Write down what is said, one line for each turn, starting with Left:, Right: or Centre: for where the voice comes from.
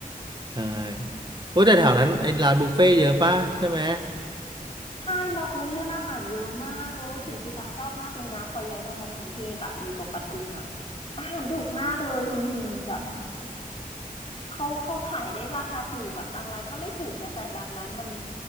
Right: ใช่ครับโอ้ยแต่แถวนั้นไอ้ร้านบุฟเฟ่ต์เยอะป่ะใช่ไหม
Left: ใช่มอกรุงเทพอาหารเยอะมากแล้วสิ่งที่ตักชอบมากเลยนะพอย้ายมามอกรุงเทพอะอยู่ตรงปทุมอะอาหารถูกมากเลยคุณฮิมแบบเขาเขาขายได้ราคาถูกแบบบางร้านก็ไม่ถูกนะแต่บางร้านมัน